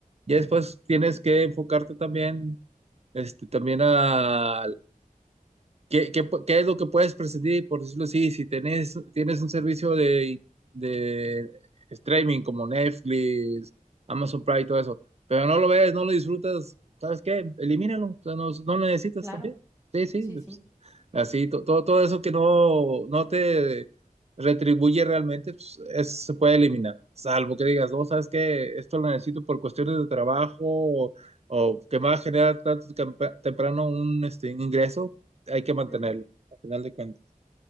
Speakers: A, on the right (about 45°); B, on the right (about 20°).
A: Y después tienes que enfocarte también, este, también a, ¿Qué, qué, pu- qué es lo que puedes prescindir, por decirlo así, si tenés, tienes un servicio de, de streaming como Netflix, Amazon Prime y todo eso, pero no lo ves, no lo disfrutas, ¿sabes qué? Elimínalo, o sea, no, no lo necesitas
B: claro,
A: también. Sí, sí,
B: sí,
A: pues,
B: sí.
A: así, to- todo, todo eso que no, no te retribuye realmente, pues, es- se puede eliminar, salvo que digas, no, ¿sabes qué? Esto lo necesito por cuestiones de trabajo o, o que me va a generar tanto tempa- temprano un este, ingreso hay que mantenerlo,
B: Ujú,
A: al final de cuentas.